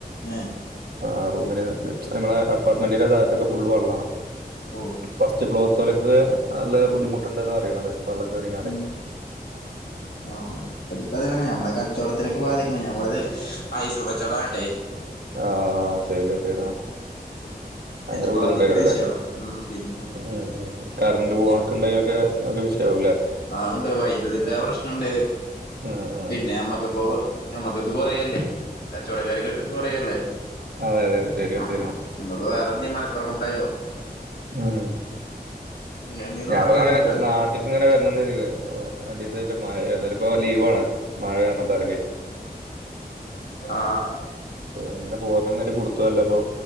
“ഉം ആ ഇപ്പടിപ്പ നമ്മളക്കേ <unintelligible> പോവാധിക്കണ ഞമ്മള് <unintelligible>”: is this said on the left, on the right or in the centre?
Left